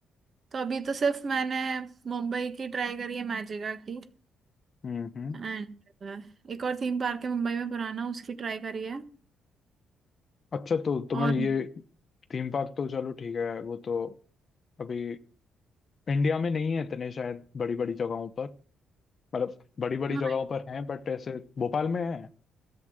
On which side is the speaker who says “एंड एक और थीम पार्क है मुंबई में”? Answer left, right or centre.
Right